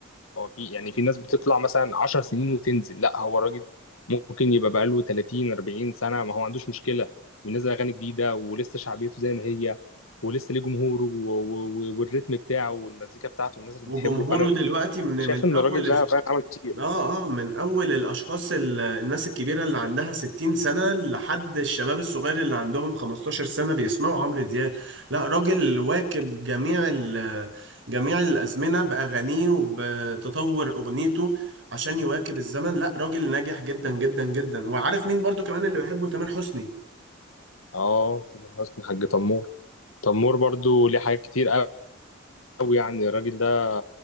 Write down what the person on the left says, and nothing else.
هو في يعني في ناس بتطلع مثلا 10 سنين وتنزل لا هو الراجل ممكن يبقى بقاله 30 40 سنة ما هو ما عندوش مشكلة بينزل أغاني جديدة ولسه شعبيته زي ما هي ولسه ليه جمهوره و- و- والريتم بتاعه والمزيكا بتاعته والناس اللي
بتحبه فأنا
شايف
إن
الراجل ده فعلا عمل كتير
اه تامر حسني حاج تمور تمور برضو ليه حاجات كتير قوي يعني الراجل ده